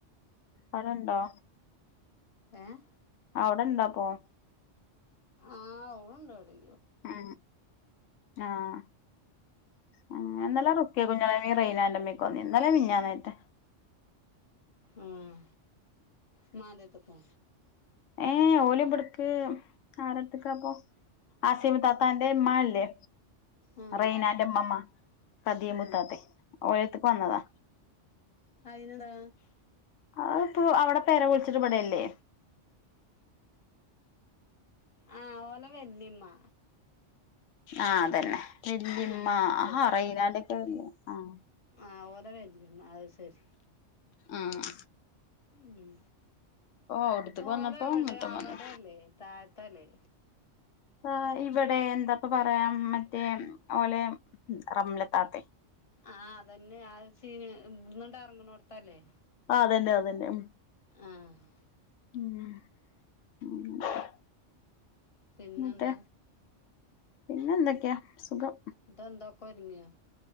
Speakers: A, on the left; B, on the left.
A: അവിടണ്ടോ
B: ഏഹ്
A: അവിടെണ്ടപ്പോ
B: ആഹ് ഓളുണ്ടോടി
A: ആഹ് ആഹ് ആഹ് ഇന്നലെ റുക്യകുഞ്ഞാമ്മീം റയ്നാൻ്റെമ്മിയൊക്കെ വന്നിരുന്നു ഇന്നലയും മിൻഞ്ഞാന്നേറ്റേ
B: ഉം ഉമ്മാൻ്റടുത്ക്കോ
A: ഏഹ് ഓല്ബട്ക്ക് ആരെട്ത്ത്ക്കാപ്പൊ അസ്യാമു താത്താൻ്റെ ഉമ്മാല്ലേ
B: ഉം
A: റൈനാന്റെ ഉമ്മമ്മ കതിയാമുത്താത്തെ
B: ഉം
A: ഓരടുത്ത്ക്ക് വന്നതാ
B: അയ്നെന്താ
A: അത്‌പ്പൊ അവിടെ പെര പൊളിച്ചിട്ട് ഇവിടെയല്ലേ
B: ആഹ് ഓളെ വല്ലിമ്മ
A: ആഹ് അതന്നെ വല്ലിമ്മ
B: ആഹാ അത്
A: ആഹ് റൈലാന്റൊക്കെ വല്ലിമ്മ ആഹ്
B: ആഹ് ഓലെ വല്ലിമ്മ അത് ശരി
A: ആഹ്
B: ഉം
A: അവിടത്തേക്ക്
B: ഓലെവിടെ
A: വന്നപ്പോ ഇങ്ങട്ടും
B: അവിടെല്ലേ
A: വന്ന്
B: താഴത്തല്ലേ
A: ആഹ് ഇവിടെ എന്താപ്പ പറയാ മറ്റേ ഓലെ റംലതാത്തെ
B: ആഹ് അതന്നെ ആഹ് സീന് ഇവിടുന്നങ്ങട്ട് എറങ്ങണോട്ത്തല്ലേ
A: ആഹ് അതന്നെ അതന്നെ ഉം
B: ആഹ്
A: ഉം അ <inaudible>
B: പിന്നെന്താ
A: ന്നിട്ടെ പിന്നെ എന്തൊക്കെയാ സുഖം
B: ഇതെന്താ ഒക്കെ ഒരുങ്ങിയാ